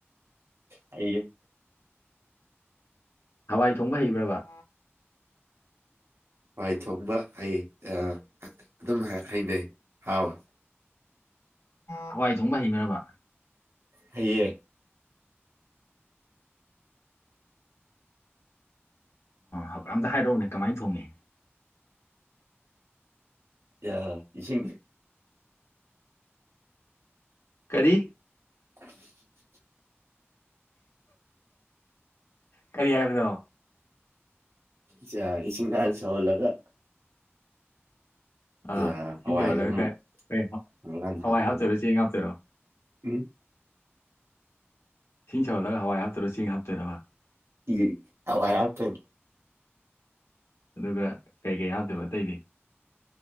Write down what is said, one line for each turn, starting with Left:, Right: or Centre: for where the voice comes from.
Right: ꯍꯩꯌꯦ
Left: ꯍꯋꯥꯏ ꯊꯣꯡꯕ ꯍꯩꯕ꯭ꯔꯕ
Right: ꯍꯋꯥꯏ ꯊꯣꯡꯕ ꯍꯩ ꯑ ꯑꯗꯨꯝ ꯍꯩꯅꯩ ꯍꯥꯎꯋꯤ
Left: ꯍꯋꯥꯏ ꯊꯣꯡꯕ ꯍꯩꯕ꯭ꯔꯥꯕ
Right: ꯍꯩꯌꯦ
Left: ꯑꯣ ꯑꯝꯇ ꯍꯥꯏꯔꯛꯎꯅꯦ ꯀꯃꯥꯏ ꯊꯣꯡꯉꯤ
Right: ꯌ ꯏꯁꯤꯡ
Left: ꯀꯔꯤ
Right: <inaudible>
Left: ꯀꯔꯤ ꯍꯥꯏꯕꯅꯣ
Right: ꯆ ꯏꯁꯤꯡ ꯍꯥꯟꯅ ꯁꯧꯍꯜꯂꯒ
Left: ꯑꯥ
Right: ꯑꯗꯨꯗ
Left: ꯏꯁꯤꯡ
Right: ꯍꯋꯥꯏꯖꯦ
Left: ꯁꯧꯍꯜꯂꯒ
Right: ꯑꯃꯨꯛ
Left: ꯀꯩ ꯀꯩ ꯍ-
Right: ꯁꯧꯔꯀꯥꯟꯗ
Left: ꯍꯋꯥꯏ
Right: ꯍꯥꯞꯄꯒ
Left: ꯍꯥꯞꯇꯣꯏꯔꯣ ꯆꯦꯡ ꯍꯥꯞꯇꯣꯏꯔꯣ
Right: ꯎꯝ
Left: ꯏꯁꯤꯡ ꯁꯧꯍꯜꯂꯒ ꯍꯋꯥꯏ ꯍꯥꯞꯇꯣꯏꯔꯣ ꯆꯦꯡ ꯍꯥꯞꯇꯣꯏꯔꯕ
Right: ꯏꯒꯤ ꯍꯋꯥꯏ ꯍꯥꯞꯇꫭꯏꯅꯦ
Left: ꯑꯗꯨꯒ ꯀꯩ ꯀꯩ ꯍꯥꯞꯇꫭꯏꯕ ꯑꯇꯩꯗꯤ